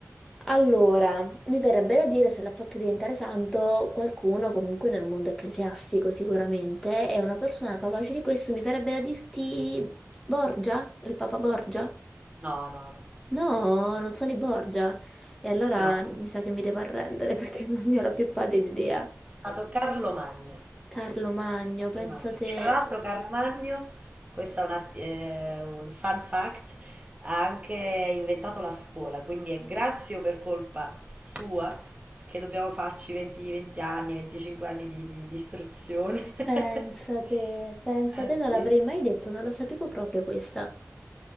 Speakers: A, in the centre; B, on the right (about 25°).
A: Allora, mi verrebbe da dire se l'ha fatto diventare santo qualcuno comunque nel mondo ecclesiastico sicuramente, è una persona capace di questo, mi verrebbe da dirti Borgia, il Papa Borgia?
B: No, no, no, no,
A: No, non sono i Borgia. E allora
B: no,
A: mi sa che mi devo arrendere <laughs> perché non ne ho la più pallida idea.
B: è stato Carlo Magno.
A: Carlo Magno,
B: Carlo
A: pensa
B: Magno,
A: te,
B: che tra l'altro Carlo Magno, questo è un, att- eh, un fun fact, ha anche inventato la scuola, quindi è grazie o per colpa sua che dobbiamo farci 20, 20 anni, 25 anni di, di- di istruzione.
A: pensa
B: <laughs>
A: te, pensa
B: Ah
A: te,
B: sì,
A: non l'avrei mai detto, non la sapevo proprio questa.